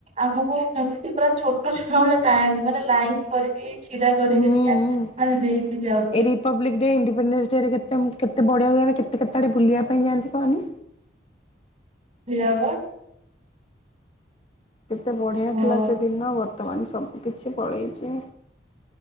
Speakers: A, on the right; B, on the left.
A: ଆମକୁ କେମିତି ପୁରା ଛୋଟ ଛୁଆ ଭଳିଆ ମାନେ ଲାଇନ କରିକି -- ଛିଡା କରିକି
B: ହୁଁ
A: ଏମିତିଆ ନେଇକି ଯାଉ।
B: ଏ ରିପବ୍ଲିକ ଡେ ଇଡିପେଣ୍ଡେନ୍ସ ଡରେ କେତ କେତ ବଢଆ ହ କେତ କେତେ ଆଡେ ବୁଲିବା ପାଇଁ ଯାନ୍ତି କହନି।
A: ହେୟା ବା।
B: କେତେ ବଢ଼ିଆ
A: ହଁ
B: ଥିଲା ସେଦିନ ବର୍ତ୍ତମାନ ସବୁ କିିଛି ପଳେଇଚି।